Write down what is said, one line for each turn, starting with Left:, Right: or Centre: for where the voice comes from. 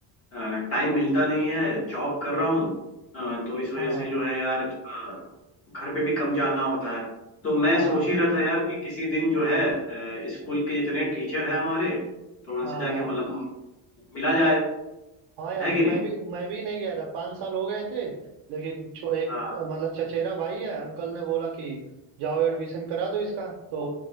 Left: टाइम मिलता नहीं है जॉब कर रहा हूँ अ, तो इस वजह
Right: हाँ
Left: से जो है यार थोड़ा घर पे भी कम जाना होता है तो मैं
Right: हाँ
Left: सोच ही रहा था यार कि किसी दिन जो है अ, स्कूल के जितने टीचर हैं हमारे तो उनसे
Right: हाँ
Left: जाके मतलब मिला जाए
Right: हाँ यार
Left: है कि
Right: मैं
Left: नहीं
Right: भी मैं भी नहीं गया था पाँच साल हो गए थे लेकिन छो- एक
Left: हाँ
Right: अ, मतलब चचेरा भाई है अंकल ने बोला कि जाओ एडमिशन करा दो इसका तो